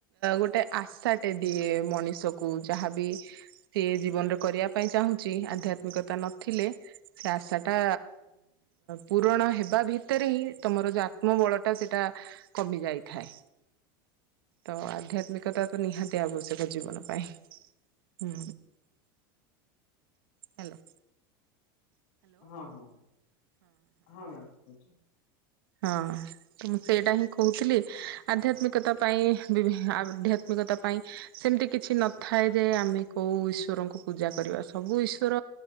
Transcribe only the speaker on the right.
ଗୋ ଗୋଟେ ଆଶାଟେ ଦିଏ ମଣିଷକୁ ଯାହାବି ସିଏ ଜୀବନରେ କରିବା ପାଇଁ ଚାହୁଁଛି। ଆଧ୍ୟାତ୍ମିକତା ନଥିଲେ ସେ ଆଶାଟା ପୂରଣ ହେବା ଭିତରେ ହିଁ ତମର ବଳ ସେଟା କମି ଯାଇଥାଏ। ତ ଆଧ୍ୟାତ୍ମିକତା ତ ନିହାତି ଜୀବନ ପାଇଁ। ହୁଁ ହ୍ୟାଲୋ।
ହଁ ମୁଁ ସେଇଟା ହିଁ କହୁଥିଲି ଆଧ୍ୟାତ୍ମିକତା ପାଇଁ ବିଭି ଆଧ୍ୟାତ୍ମିକତା ପାଇଁ ସେମିତି କିଛି ନଥାଏ ଯେ ଆମେ କୋଉ ଈଶ୍ଵରଙ୍କୁ ପୂଜା କରିବା ସବୁ ଈଶ୍ଵର